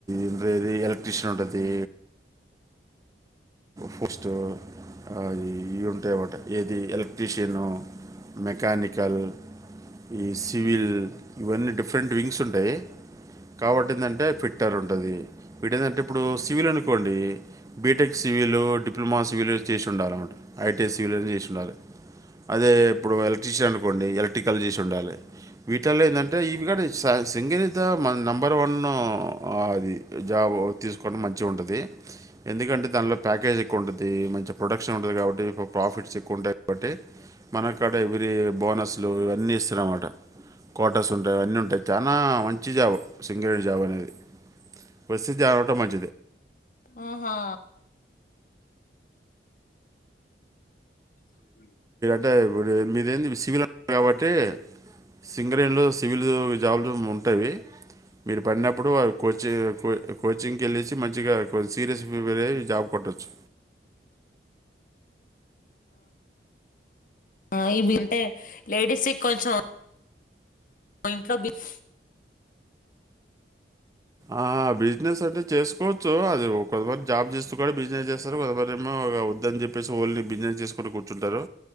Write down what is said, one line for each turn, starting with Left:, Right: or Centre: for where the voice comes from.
Right: ఇది ఎలక్ట్రిీషన్ ఉంటది ఫస్ట్ంటా వాట ఏది ఎలక్ట్రీషియను మెకనికల్ ఈ సివిల్ ఇవన్నీ డిఫరెంట్ వింగ్స్ ఉంటాయి కాబట్ ఏంటంటే ఫిట్టర్ ఉంటది ఇట ఏంటంటే ఇప్పుడు సివిల్ అనుకోండి బీటెక్ సివీలో డిప్లొమా స సివీలో చేసి ఉండాలన్నమాట ఐటీఎస్ సివీలుని చేసి ఉండాలి అదే ఇప్పుడు ఎలక్ట్ర్షియన్ అనుకోండి ఎలక్ట్రికల్ చేసి ఉండాలి వీటిల్లో ఏంటంటే ఇవి సింగరేణి త నెంబర్ వన్ అది జాబ్ తీసుకోవడం మంచిగా ఉంటుంది ఎందుకంటే దానిలో ప్యాకేజ్ ఎక్కువ ఉంటుంది మంచి ప్రొడక్షన్ ఉంటుంది కాబట్టి ప్రాఫిట్స్ ఎక్కువ ఉంటాయి కాబట్టి మనకు అడ ఇవరి బోనస్లు ఇవన్నీ ఇస్తారన్నమాట కోటర్స్ ఉంటాయి అన్నీ ఉంటాయి చాలా మంచి జాబ్ సింగరేణి జాబ్ అనేది బెస్ట్ జాబ్ అంటే
Left: ఆహా <unintelligible>
Right: అంటే ఇ మీద సిల్ కాబట్టి సింగరేణి లో సివిల్ జాబులు ఉంటాయి మీరు పడినప్పుడువి కోచింగ్ కో కోచింగ్కి వెళ్ళిసి మంచిగా కొ సీరియస్ ప్రిపేర్ అయి జాబ్ కొట్టవచ్చు
Left: ఆ ఇవి అంటే లేడీస్ కొంచెం మ ఇంట్లి బెఫ్
Right: ఆ బిజినెస్ అంటే చేసుకోవచ్చు అది కొంతమర జాబ్ చేస్త కూడా బిజినెస్ చేస్తారు కొంతదిమర ఏమో వద్దని చెప్పేసి ఓన్లీ బిజినెస్ చేసుకొని కూర్చుంటారు